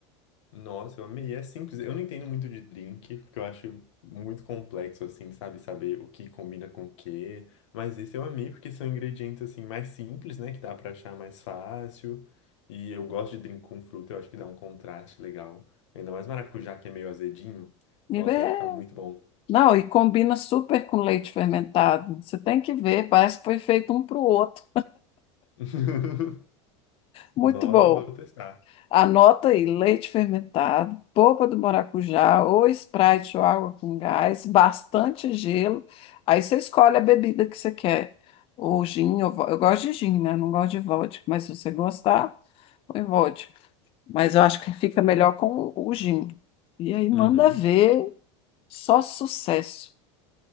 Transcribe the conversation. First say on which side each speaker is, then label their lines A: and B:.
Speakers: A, on the left; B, on the left.
A: Nossa, eu amei. É simples. Eu não entendo muito de drink, porque eu acho muito complexo, assim, sabe? Saber o que combina com o quê. Mas esse eu amei, porque são ingredientes, assim, mais simples, né? Que dá pra achar mais fácil. E eu gosto de drink com fruta, eu acho que dá um contraste legal. Ainda mais maracujá, que é meio azedinho.
B: E
A: Nossa,
B: é-
A: deve ficar muito bom.
B: Não, e combina super com leite fermentado. Você tem que ver, parece que foi feito um para o outro.
A: <laughs>
B: Muito
A: Nossa,
B: bom.
A: vou testar.
B: Anota aí, leite fermentado, polpa do maracujá, ou Sprite ou água com gás, bastante gelo. Aí você escolhe a bebida que você quer. Ou gin, ou vo- eu gosto de gin, né? Não gosto de vodka, mas se você gostar, põe vodka. Mas eu acho que fica melhor com o gin. E aí manda
A: Uhum.
B: ver, só sucesso.